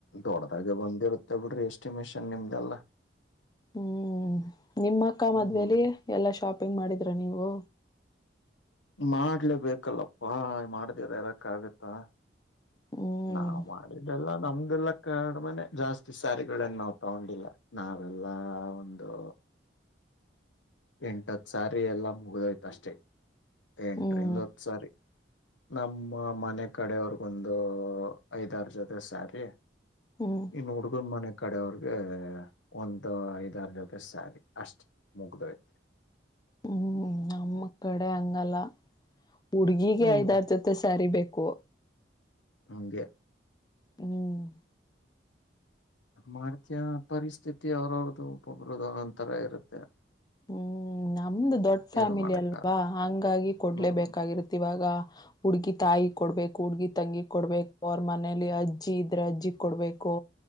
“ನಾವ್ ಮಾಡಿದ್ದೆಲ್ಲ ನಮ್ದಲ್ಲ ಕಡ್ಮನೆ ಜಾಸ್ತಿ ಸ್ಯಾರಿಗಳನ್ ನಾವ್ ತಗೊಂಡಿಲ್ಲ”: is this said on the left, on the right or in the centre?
Left